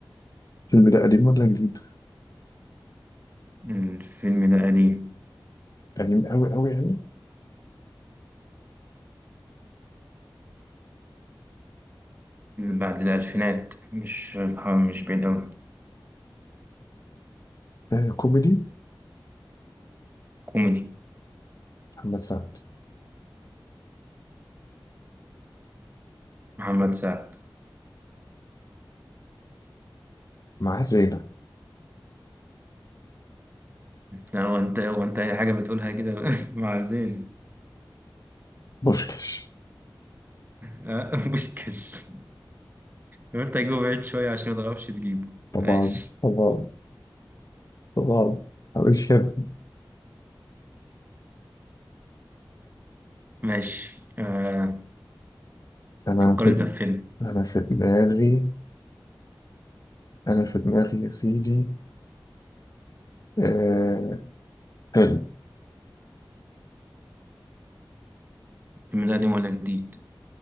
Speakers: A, on the left; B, on the right.
A: الفيلم ده قديم ولا جديد؟
B: الفيلم ده قديم
A: قديم أوي أوي يعني
B: بعد الألفينات مش مش بعيد أوي
A: آه، كوميدي
B: كوميدي
A: محمد سعد
B: محمد سعد
A: مع زينة
B: لا هو أنت هو أنت أي حاجة بتقولها كده <laughs> مع زين
A: بوشكش
B: آه، <laughs> بوشكاش لو انت هتجيبه بعيد شوية عشان ما تعرفش تجيبه
A: طبعا
B: ماشي
A: طبعا طبعا مش كده
B: ماشي آه.
A: أنا
B: فكر
A: في
B: انت في فيلم
A: أنا في دماغي أنا في دماغي يا سيدي آه... فيلم
B: الفيلم ده قديم ولا جديد